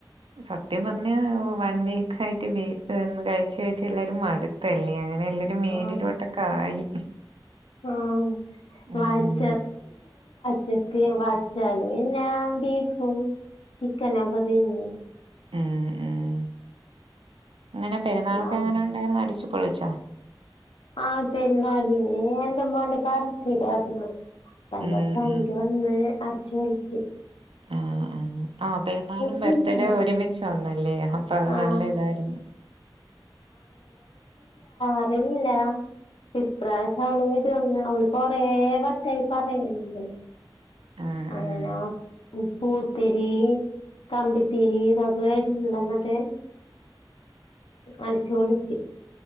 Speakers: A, on the right; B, on the left.
A: സത്യം പറഞ്ഞാൽ വൺ വീക്ക് ആയിട്ട് ബീഫ് എന്നെ കഴിച്ചു കഴിച്ച് എല്ലാരും മടുത്തല്ലേ അങ്ങ്. എല്ലാരും മോളിലോട്ടൊക്കെ
B: ആഹ്
A: ആഴി.
B: ആഹ്. <unintelligible>
A: ഉം
B: ചക്ക് വച്ചാങ്കിൽ ഞാൻ ബീഫും ചിക്കനും ഒക്കെ തിന്നും.
A: ഏഹ്‌ ഏഹ്‌. എങ്ങനെ പെരുന്നാൾ
B: ഒന്നാമത്
A: ഒക്കെ എങ്ങനെ ഉണ്ടായിരുന്നു അടിച്ചു പൊളി ച്ചാ.
B: ആ പെരുന്നാളിന് എന്റെ ഉമ്മാന്റെ പാർഥിടർന്ന് പ്പന്റെ
A: ഉം
B: ഫ്രണ്ട്
A: ഉം
B: വന്നു ചോലിച്ച്.
A: ആഹ് ആ പെരുന്നാളും
B: ചെയ്യാ
A: ബർത്ത് ഡേ യും ഒരുമിച്ചു വന്ന ന്നല്ലേ. അപ്പോ അത് ത
B: ആ
A: നല്ല ഇതായിരുന്നു.
B: അറിഞ്ഞില്ല ഇപ്രാവശ്യം അവൾ കുറെ വട്ടായി പറയുന്നു.
A: ആഹ്
B: അങ്ങനെ.
A: ആഹ്
B: <unintelligible> തിരിയ് കമ്പിത്തിരി ഇതൊക്ക കൊണ്ടുവന്നിട്ട് അടിച്ചുപൊളിച്ചു.